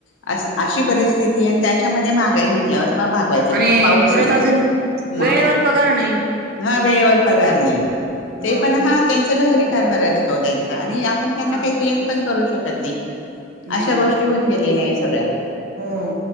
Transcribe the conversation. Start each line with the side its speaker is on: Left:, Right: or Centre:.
Left: अस अशी परिस्थिती अन त्याच्यामध्ये महागाई म्हटल्यावर, मग भागवाय त्यांचं
Right: आणि
Left: पाऊच
Right: परत
Left: नही,
Right: अजून
Left: म
Right: वेळेवर पगार नाही
Left: हां वेळेवर पगार नही, ते
Right: मग
Left: पण हां त्यांचा लहरी
Right: हो
Left: कारभार असतो, त्यांचा आणि आ पण त्यांना
Right: हा
Left: काही क्लेम पण करू शकत नाही,
Right: नाही
Left: अशा
Right: ना
Left: गोष्टी होऊन गेलेल्या ये, सगळ्या.
Right: हो.